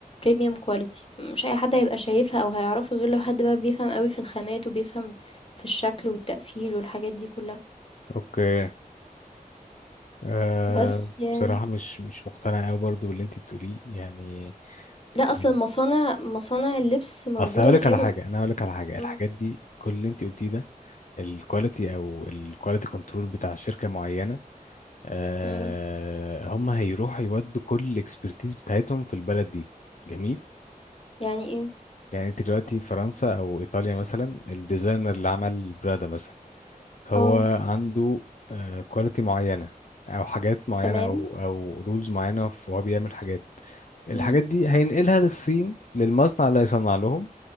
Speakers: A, on the left (about 40°); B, on the left (about 60°).
A: premium quality مش أي حد هيبقى شايفها أو هيعرفها غير لو حد بقى بيفهم أوي في الخامات وبيفهم في الشكل والتقفيل والحاجات دي كلها،
B: اوكي أه
A: بس يعني
B: بصراحة مش مش مقتنع قوي برضو باللي انت بتقوليه يعني
A: لأ،
B: يعني
A: أصل المصانع مصانع اللبس موجودة
B: اصل هقول
A: في
B: لك على
A: Europe.
B: حاجة انا هقول لك على حاجة
A: إمم،
B: الحاجات دي كل اللي انت قلتيه ده الكواليتي او الكواليتي كنترول بتاع شركه معينه آه،
A: إمم.
B: هم هيروحوا يودوا كل الاكسبرتيز بتاعتهم في البلد دي جميل
A: يعني إيه؟
B: يعني انت دلوقتي فرنسا او ايطاليا مثلا الديزاينر اللي عمل برادا مثلا هو
A: آه،
B: عنده كواليتي معينه او حاجات معينه
A: تمام،
B: او او رولز معينه وهو بيعمل حاجات الحاجات
A: إمم.
B: دي هينقلها للصين للمصنع اللي هيصنع لهم